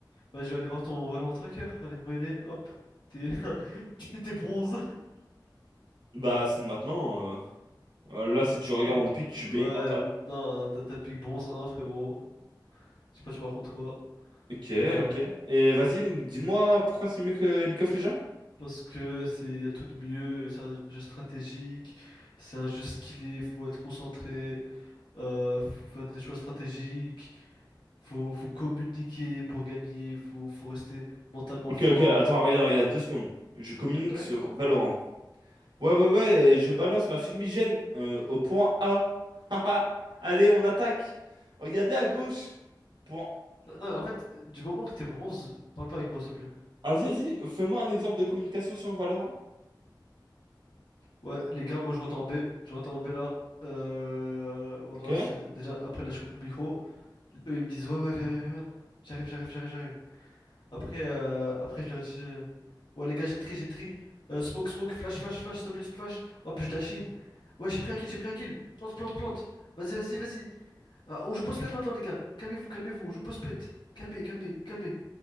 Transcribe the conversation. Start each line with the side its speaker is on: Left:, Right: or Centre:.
Left: Bah, je vais aller voir ton volant tracker. Allez, Maïné, hop. T'es <laughs> t'es t'es bronze.
Right: Bah, c'est maintenant. euh. Euh, Là, si tu regardes
Left: Euh,
Right: mon pick, je suis bien Immortal.
Left: ouais, non, non, t'as t'as pique bronze un frérot. Je sais pas, tu me racontes quoi.
Right: Ok,
Left: Voilà.
Right: ok. Et vas-y, m- dis-moi pourquoi c'est mieux que League of Legends?
Left: Parce que c'est, y a tout de mieux. C'est un jeu stratégique. C'est un jeu skillé. Faut être concentré. Euh, faut faire des choix stratégiques. Faut, faut communiquer pour gagner. Faut, faut rester mentalement
Right: Ok,
Left: fort.
Right: ok, attends, regarde, regarde, deux secondes. Je communique
Left: Ouais.
Right: sur Valorant. Ouais, ouais, ouais, euh, je balance ma fumigène euh, au point A. <laughs> Haha. Allez, on attaque. Regardez à gauche. Point.
Left: Non, non, en fait, du moment que t'es bronze, parle pas avec moi, s'il te plaît.
Right: Vas-y, vas-y, fais-moi un exemple de communication sur Valorant.
Left: Ouais, les gars, moi je rentre en B. Je rentre en B là. Euh, voilà,
Right: Ok.
Left: c'est déjà après là je coupe mon micro. Eux ils me disent ouais, ouais, viens, viens, viens. viens. J'arrive, j'arrive, j'arrive, j'arrive. Après, euh, après je leur dis euh, ouais, les gars, j'ai une tri, j'ai une tri. Euh, smoke, smoke, flash, flash, flash, s'il te plaît, flash. Hop, je dash in. Ouais, j'ai pris un kill, j'ai pris un kill. Plante, plante, plante. Vas-y, vas-y, vas-y. Ah, on joue post-ped maintenant, les gars. Calmez-vous, calmez-vous. On joue post-ped. Calmez, calmez, calmez.